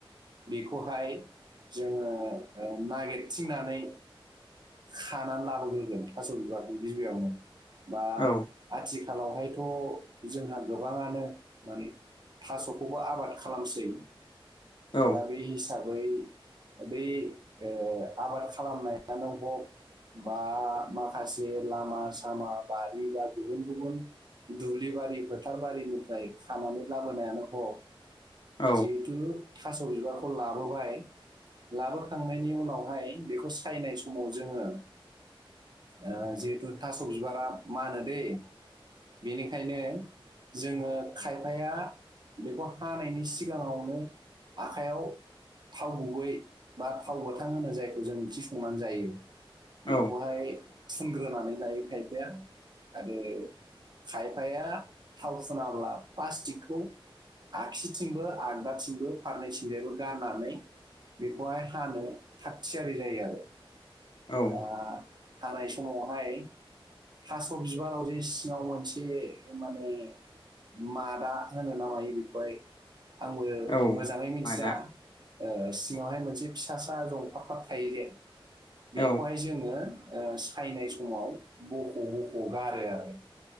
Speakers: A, on the right; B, on the left.
A: बेखौहाय जोङो ओ नागिरथिंनानै खानानै लाबोग्रोगोन थास' बिबारखौ गिबियावनो बा
B: औ
A: खाथि खालावहायथ' जोंहा गोबाङानो माने थास'खौबो आबाद खालामसै
B: औ
A: दा बे हिसाबै बै ओ आबाद खालामनायानो हक बा माखासे लामा सामा बारि बा गुबुन गुबुन दुब्लिबारि फोथारबारिनिफ्राय खानानै लाबोनायानो हग
B: औ
A: जिहेथु थास' बिबारखौ लाबोबाय लाबोखांनायनि उनावहाय बेखौ सायनाय समाव जोङो ओ जिहेथु थास' बिबारा मानो दै बेनिखायनो जोङो खायफाया बेखौ हानायनि सिगाङावनो आखायाव थाव गुबै बा थाव गोथां होनो जायखौ जों ओंख्रि संनानै जायो
B: औ
A: बेखौहाय फुनग्रोनानै लायो खायफाया आरो खाय फाया थाव फुनाब्ला प्लास्टिकखौ आगसिथिंबो आगदाथिंबो फारनैथिंजायबो गाननानै बेखौहाय हानो थागथियारि जायो आरो।
B: औ
A: दा हानाय समावहाय थास' बिबाराव जे सिङाव मोनसे माने मादा होनो ना मायो बेखौहाय आंबो
B: औ
A: मोजाङै मिथिया।
B: मादा
A: ओ सिङावहाय मोनसे फिसा सा जंफारफार थायो जे
B: औ
A: बेखौहाय जोङो ओ सायनाय समाव बख' बख' गारो आरो।